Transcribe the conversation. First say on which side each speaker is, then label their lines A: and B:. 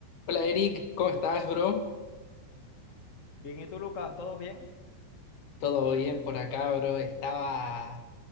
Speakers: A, on the left; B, on the left.
A: Hola Eric, ¿cómo estás, bro?
B: Bien, ¿y tú, Lucas? ¿Todo bien?
A: Todo bien por acá, bro. Estaba,